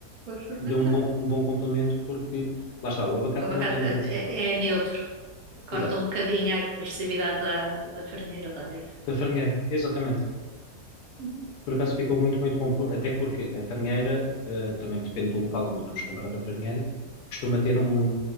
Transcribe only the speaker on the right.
Vou experimentar.
O abacate
é, é neutro, corta
um bocadinho a agressividade da, da farinheira ou da alheira.
Uhum.